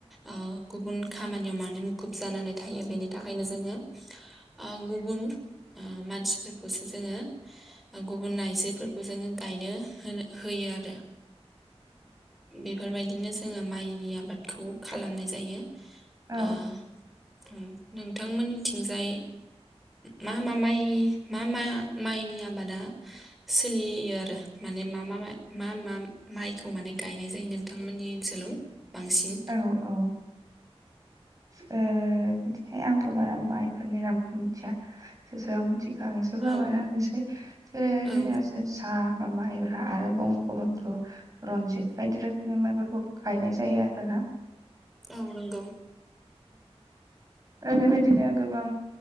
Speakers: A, in the centre; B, on the right.
A: ओ गुबुन खामानियाव मानो मुखुब जानानै थायो बेनि थाखायनो जोङो ओ गुबुन मानसिफोरखौसो जोङो गुबुन आइजोफोरखौ जोङो गायनो होनो होयो! बे आरो! बेफोरबायदिनो जोङो माइनि आबादखौ खालामनाय जायो!
B: औ
A: ओ नोंथांमोननिथिंजाय मा मा माइ मा मा माइनि आबादा सोलियो आरो माने मा मा मा मा माइखौ माने गायनाय जायो नोंथांमोननि ओनसोलाव? बांसिन
B: औ औ ओ बिदिहाय आंथ' बारा माइफोरनि रामखौ मिथिया सोर सोरां मिथि आं एसे फोरमायना
A: औ
B: होनसै जेरै
A: औ
B: जोंनिया जोसा बा माइब्रा आरो बंख' बन्ध' रनजित बायदि रोखोमनि माइफोरखौ गायनाय जायो आरोना
A: औ नंगौ
B: दा बेबायदिनो गोबां